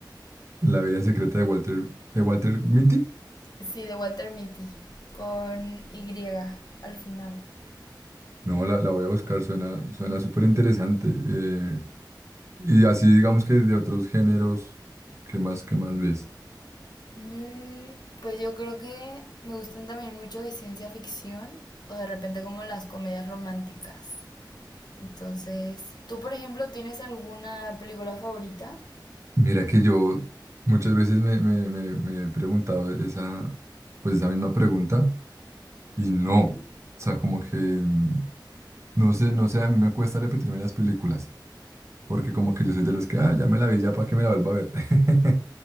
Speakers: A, on the right; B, on the left.
A: La vida secreta de Walter, de Walter Mitty.
B: Sí, de Walter Mitty, con Y al final.
A: No, la, la voy a buscar, suena, suena súper interesante. Eh, y así digamos que de otros géneros, ¿qué más, qué más ves?
B: Mm, pues yo creo que me gustan también mucho de ciencia ficción o de repente como las comedias románticas. Entonces, ¿tú, por ejemplo, tienes alguna película favorita?
A: Mira que yo muchas veces me, me, me, me he preguntado esa, pues esa misma pregunta y no,
B: Ujú.
A: o sea, como que, mm, no sé, no sé, a mí me cuesta repetirme las películas, porque como que yo soy de los que, ah, ya me la vi, ya para que me la vuelva a ver. <laughs>